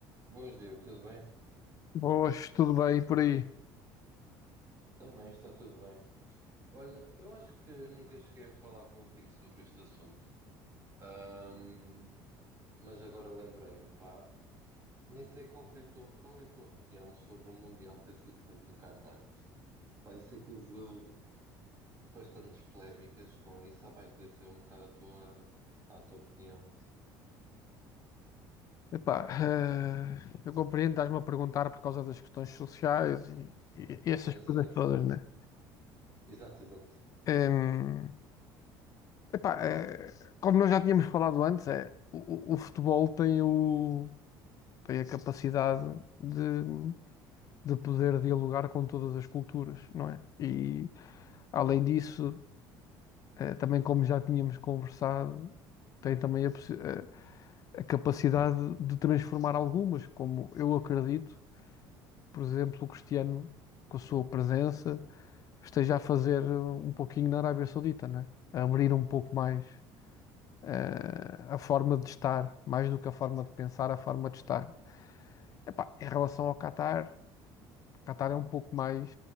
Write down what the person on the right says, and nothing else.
Boas, Diogo, tudo bem?
Também está tudo bem. Olha, eu acho que nunca cheguei a falar contigo sobre este assunto. Ahm, mas agora lembrei-me, pá, nem sei qual foi a tua, qual é a tua opinião sobre o Mundial ter sido feito no Qatar. Pá, eu sei que houve bastantes polémicas com isso, só pá, eu queria saber um bocado a tua, pá, a tua opinião.
Sim,
sim, sim.
Exato, exato.